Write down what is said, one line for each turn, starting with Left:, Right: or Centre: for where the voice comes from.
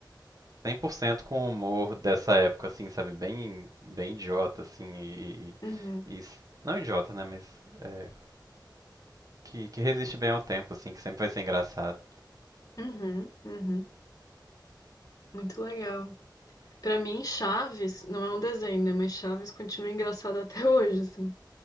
Right: 100% com o humor dessa época, assim, sabe? Bem, bem idiota, assim, e, e-
Left: Uhum.
Right: e- s- não idiota, né? Mas é, que, que resiste bem ao tempo, assim, que sempre vai ser engraçado.
Left: Uhum. Uhum. Muito legal. Pra mim, Chaves não é um desenho, né? Mas Chaves continua engraçado até <laughs> hoje, assim.